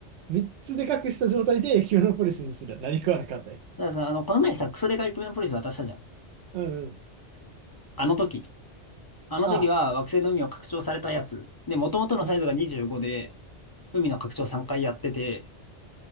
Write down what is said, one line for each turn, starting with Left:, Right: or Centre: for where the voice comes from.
Right: 三つでかくした状態でエキメノポリスにする。何食わなかったよ。
Left: たださ、あの、この前さ、クソデカエキメノポリス渡したじゃん。
Right: うんうん。
Left: あの時。あの時は惑星の海を拡張されたやつ。
Right: あ
Left: で、元々のサイズが25で、
Right: に
Left: 海の拡張3回やってて、